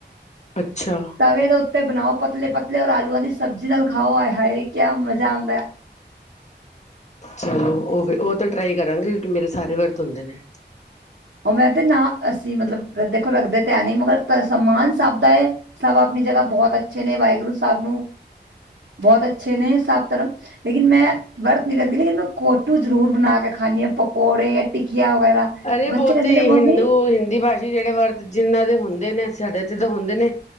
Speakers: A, on the left; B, on the right.
A: ਅੱਛਾ
B: ਤਵੇ ਦੇ ਉੱਤੇ ਬਣਾਓ, ਪਤਲੇ- ਪਤਲੇ ਔਰ ਆਲੂਆਂ ਦੀ ਸਬਜ਼ੀ ਨਾਲ ਖਾਓ, ਆਏ ਹਾਏ ਕਿਆ ਮਜ਼ਾ ਆਉਂਦਾ ਹੈ।
A: ਚਲੋ, ਉਹ ਵੀ ਉਹ ਤਾਂ ਟਰਾਈ ਕਰਾਂਗੇ ਕਿਉਂਕਿ ਮੇਰੇ ਸਾਰੇ ਵਰਤ ਹੁੰਦੇ ਨੇ।
B: ਉਹ ਮੈਂ ਤੇ ਨਾ, ਅਸੀਂ ਮਤਲਬ ਦੇਖੋ ਰੱਖਦੇ ਤਾਂ ਹੈ ਨਹੀਂ ਮਗਰ ਸਮਾਨ ਸਭ ਦਾ। ਸਭ ਆਪਣੀ ਜਗ੍ਹਾ ਬਹੁਤ ਅੱਛੇ ਨੇ, ਵਾਹਿਗੁਰੂ ਸਾਹਿਬ ਨੂੰ ਬਹੁਤ ਅੱਛੇ ਨੇ ਸਭ ਤਰਫ ਲੇਕਿਨ ਮੈਂ ਵਰਤ ਨਹੀ ਰੱਖਦੀ, ਲੇਕਿਨ ਮੈਂ ਕੋਟੂ ਜ਼ਰੂਰ ਬਣਾ ਕੇ ਖਾਂਦੀ ਹਾਂ, ਪਕੌੜੇ, ਟਿਕੀਆਂ ਵਗੈਰਾ
A: ਅਰੇ
B: ਬੱਚੇ
A: ਬਹੁਤ
B: ਕਹਿੰਦੇ
A: ਹਿੰਦੂ
B: ਨੇ ਮੰਮੀ
A: ਹਿੰਦੀ ਭਾਸ਼ਾ ਜਿਹੜੇ ਵਰਤ, ਜਿੰਨਾਂ ਦੇ ਹੁੰਦੇ ਨੇ, ਸਾਡੇ ਤੇ ਤਾਂ ਹੁੰਦੇ ਨੇ।